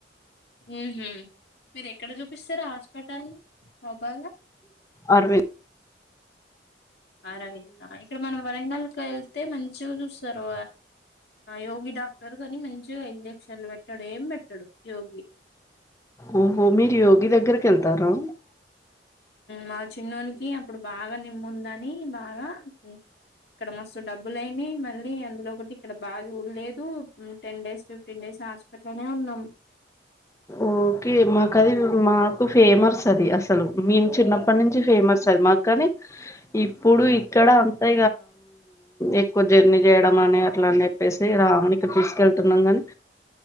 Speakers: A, on the left; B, on the left.
A: ఉహు మీరు ఎక్కడ చూపిస్తారు హాస్పిటల్ గోపాల
B: అరవింద్
A: అరవింద ఇక్కడ మనం వరంగల్కి వెళ్ అయితే మంచిగా చూస్తారు యోగి డాక్టర్ కాని మంచిగా ఇంజక్షన్లు పెట్టాడు ఏం పెట్టాడు యోగి
B: ఓహో మీరు యోగి దగ్గరికి వెళ్తారా
A: మా చిన్నోనికి అప్పుడు బాగా బ నిమ్ముందని బాగా ఇక్కడ మస్తు డబ్బులుయిని మళ్ళీ అందులో ఒకటి ఇక్కడ బాగా లేదు టెన్ డేస్ ఫిఫ్టీన్ డేస్ హాస్పిటల్నే ఉన్నాం
B: ఓకే మాకు అది మాకు ఫేమస్ అది అసలు మేము చిన్నప్పటి నుంచి ఫేమస్ అది మాకుగాని ఇప్పుడు ఇక్కడ అంతా ఎక్కువ జర్నీ చేయడం అని అట్లా అని చెప్పేసి రావానికి తీసుకెతునం కానీ